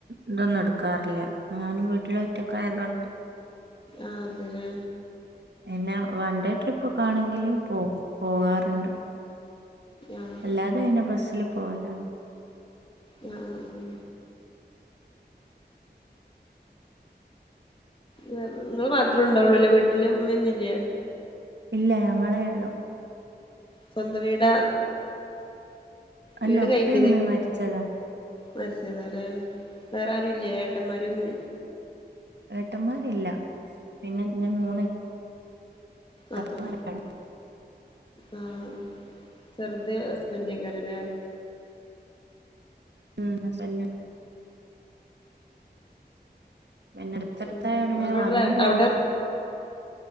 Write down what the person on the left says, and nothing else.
ആ അതെലെ
ആഹ്
അഅ ആഹ് നിങ്ങള് മാത്രം ഉണ്ടാവുള്ളൂല്ലേ വീട്ടിൽ ഇമ്മ്യന്നുല്ലേ
സ്വന്തം വീടാ
വീട്
കയറ്റിയതെ
മരിച്ചതാല്ലെ വേറെ ആരും ഇല്ലേഏട്ടന്മാര ഒന്നും
അതും ആഹ് ചെറുത് ഹസ്ബൻന്റെക്കാരല്ലേ
ഉം അവിടെ
അവിടെ